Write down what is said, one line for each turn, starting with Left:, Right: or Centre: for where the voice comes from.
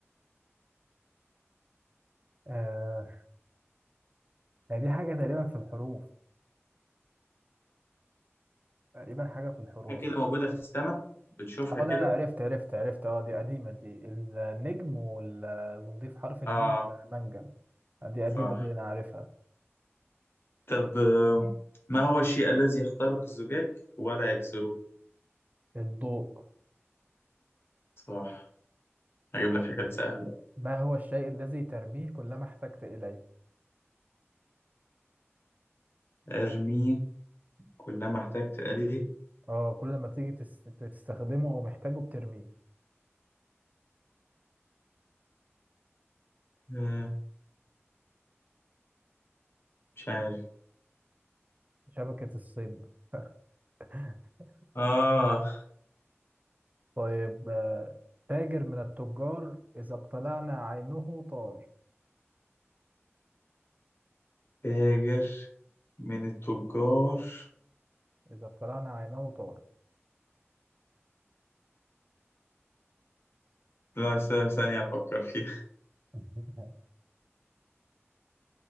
Right: آه هي دي حاجه تقريبا في الحروف تقريبا حاجه في الحروف
Left: حاجة كده موجودة في السماء بتشوفها
Right: اه
Left: كده
Right: لا لا عرفت عرفت عرفت اه دي قديمه دي النجم وال... ونضيف حرف الميم
Left: آه
Right: بقى منجم دي قديمه
Left: صح
Right: دي انا عارفها
Left: طب آه، ما هو الشيء الذي يخترق الزجاج ولا يكسره
Right: الضوء
Left: صح هجيب لك حاجات سهلة
Right: ما هو الشيء الذي ترميه كلما احتجت إليه؟
Left: ارميه كلما احتجت اليه
Right: اه كل ما تيجي تس- تستخدمه أو محتاجه بترميه
Left: آه مش عارف
Right: شبكة الصيد <laughs>
Left: آه
Right: طيب آه، تاجر من التجار إذا اقتلعنا عينه طار
Left: تاجر من التجار
Right: إذا اقتلعنا عينه طار
Left: لا س- ثانية أفكر فيها
Right: <laughs>